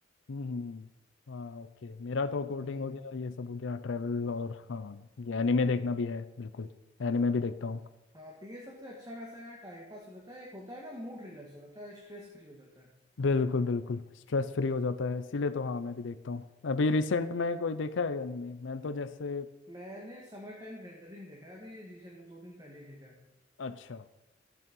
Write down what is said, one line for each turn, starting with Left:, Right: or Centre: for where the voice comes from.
Left: हम्म हम्म, हम्म। हाँ ओके मेरा तो कोडिंग
Right: हम्म
Left: हो गया ये सब हो गया ट्रैवल और हाँ ये एनिमे देखना भी है बिल्कुल
Right: तो
Left: एनिमे भी देखता हूँ
Right: हाँ तो ये सबसे अच्छा खासा यार टाइम पास हो जाता है एक होता है ना मूड रिलैक्स हो जाता है स्ट्रेस फ्री हो जाता है
Left: बिल्कुल बिल्कुल स्ट्रेस फ्री हो जाता है इसीलिए तो हाँ मैं भी देखता हूँ अभी रिसेंट में कोई देखा है एनिमे मैंने तो जैसे
Right: मैंने समर टाइम रेंडरिंग देखा है अभी रिसेंट में दो दिन पहले ही देखा है
Left: अच्छा